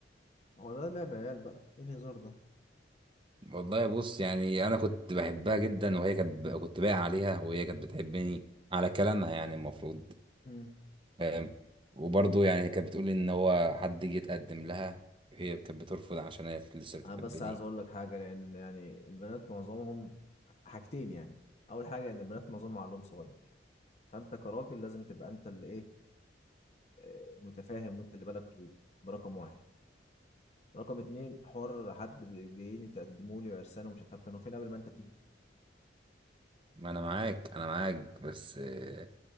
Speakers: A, on the left (about 35°); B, on the right (about 25°).
A: هو ده لعب عيال بقى ايه الهزار ده
B: والله بص يعني أنا كنت بحبها جدا وهي كانت كنت باقي عليها وهي كانت بتحبني على كلامها يعني المفروض
A: مم.
B: آم، وبرضه يعني هي كانت بتقول ان هو حد جه يتقدم لها هي كانت بترفض عشان هي كانت لسه بتحبني
A: انا بس عايز اقول لك حاجة لان يعني البنات معظمهم حاجتين يعني اول حاجة ان البنات معظمهم عقلهم صغير فانت كراجل لازم تبقى انت اللي ايه آه، متفاهم وانت اللي بالك طويل ده رقم واحد رقم اتنين حوار حد بي- جايين يتقدموا لي وعرسان ومش طب كانوا فين قبل ما انت تيجي
B: ما انا معاك انا معاك بس آه،